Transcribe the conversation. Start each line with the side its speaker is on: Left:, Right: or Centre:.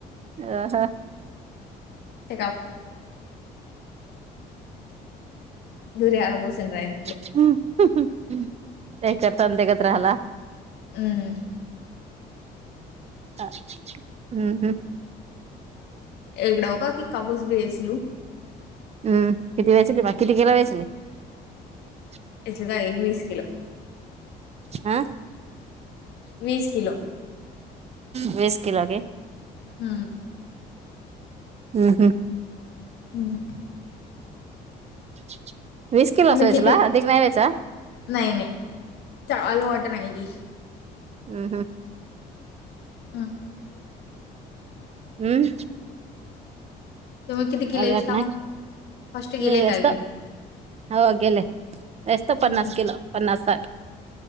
Right: अ ह
Left: <unintelligible> <unintelligible>
Right: <unintelligible>
Left: अं हम्म
Right: आ हम्म हम्म
Left: <unintelligible>
Right: <unintelligible>
Left: <unintelligible>
Right: हा
Left: वीस किलो
Right: वीस किलो घे
Left: हूं
Right: हूं हम्म
Left: <unintelligible>
Right: <unintelligible>
Left: तुम्ही किती <unintelligible>
Right: हूं हूं
Left: हूं
Right: हम्म <unintelligible>
Left: तुम्ही किती किलो इस्ता मग फर्स्ट गेले काय गे
Right: <unintelligible>
Left: हम्म.